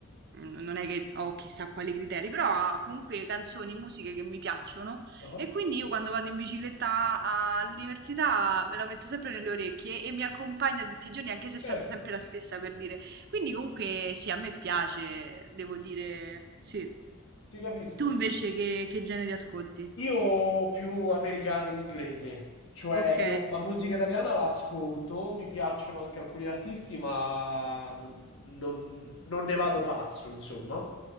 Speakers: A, on the right (about 50°); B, on the left (about 65°).
A: mm, non è che ho chissà quali criteri, però ha comunque canzoni, musiche che mi piacciono
B: Ah,
A: e quindi io quando vado in bicicletta a- all'università me la metto sempre nelle orecchie e mi accompagna tutti i giorni, anche se sento
B: certo.
A: sempre la stessa per dire. Quindi comunque sì, a me piace, devo dire, sì.
B: Ti capisco,
A: Tu
B: ti
A: invece che, che generi ascolti?
B: Io più americano-inglese, cioè
A: Ok,
B: io la musica italiana la ascolto, mi piacciono anche alcuni artisti, ma non, non- non ne vado pazzo, insomma.